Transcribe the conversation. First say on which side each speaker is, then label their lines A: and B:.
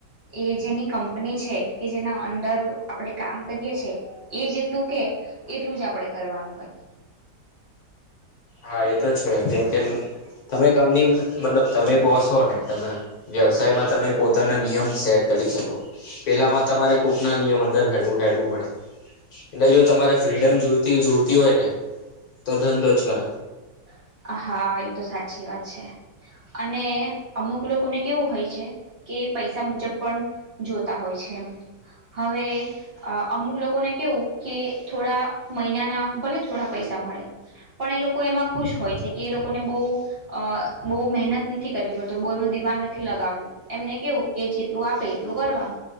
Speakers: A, on the right; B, on the left.
A: એ જેની કંપની છે કે જેના ઊંદર આપડે કામ કરીએ છ છેએ એ જેટલું કે એટલું જ આપણેે કરવાનું હોય.
B: હા એ તો છે જેમ કે તમે કંપની મતલબ તમે બોસ હો ને તમે વ્યવસાયમાં તમે પોતાના નિયમ સેટ કરી શકો પેલામાં તમારે કૂકના નિયમ અંદર હેડવું હેડવું પડે એટલે જો તમારે ફ્રીડમ જોતી જોતી હોય ને તો ધનંધોચ કરે
A: હોય હા એ તો સાચી વાત છે અને અમુક લોકોને કેવું હોય છે કે પૈસા મુજબ પણ જોતા હોય છે એમ. હવે અમુક લોકોને કેવું કે થોડા મહિનાના ભલે થોડા પૈસા મળે પણ એ લોકો એમાં ખુશ હોય છે કે એ લોકોને બઉ અ બઉ મહેનત નથી કરવી પડતી બહુ એમનું દિમાગ નથી લગાવવું એમ એમને કેવું કે જેટલું આપે એટલું કરવાનું.